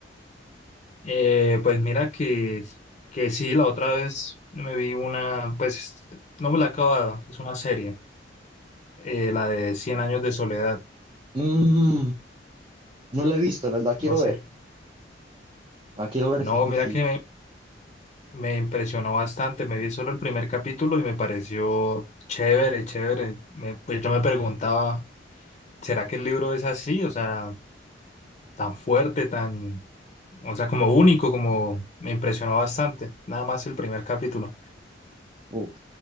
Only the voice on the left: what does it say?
Eh, pues mira que, que sí, la otra vez me vi una, pues no me la he acabado, es una serie, eh, la de Cien años de soledad,
no sé.
No,
mira
que me, me impresionó bastante, me vi solo el primer capítulo y me pareció chévere, chévere. Me- pues yo me preguntaba, ¿será que el libro es así? O sea, tan fuerte, tan, o sea, como único, como me impresionó bastante, nada más el primer capítulo.